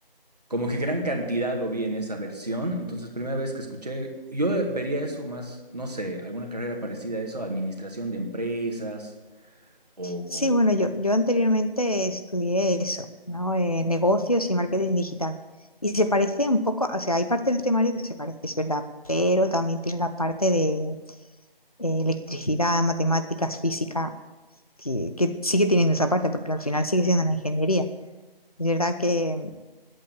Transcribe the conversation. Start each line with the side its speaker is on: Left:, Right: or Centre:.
Right: como que gran cantidad lo vi en esa versión, entonces primera vez que escuché, yo vería eso más, no sé, alguna carrera parecida a eso, administración de empresas o
Left: Sí, bueno, yo, yo anteriormente estudié eso, ¿no? Eh, negocios y marketing digital. Y se parece un poco, o sea, hay parte del temario que se parece, es verdad, pero también tiene la parte de eh, electricidad, matemáticas, física, que, que sigue teniendo esa parte, porque al final sigue siendo una ingeniería. Es verdad que